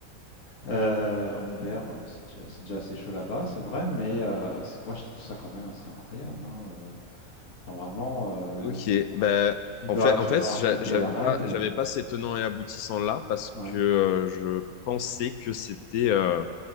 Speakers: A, on the left; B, on the left.
A: Euh, en hiver, euh, c'est déjà, c'est déjà assez chaud là-bas, c'est vrai, mais euh, c'est que moi, je trouve ça quand même assez incroyable. hein. Euh, normalement, euh,
B: Ok, ben
A: tu
B: en
A: dois,
B: fait,
A: tu
B: en fait,
A: dois respecter
B: j'a- j'avais
A: la règle.
B: pas, j'avais pas ces tenants et aboutissants là parce
A: Ouais,
B: que euh, je pensais que c'était euh,